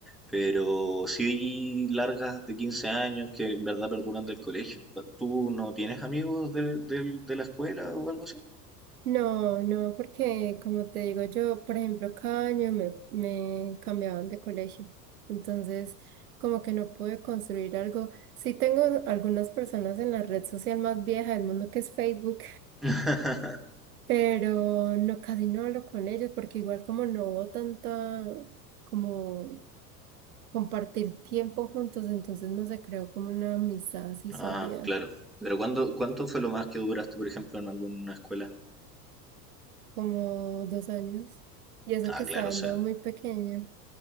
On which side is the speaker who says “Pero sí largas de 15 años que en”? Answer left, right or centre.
Centre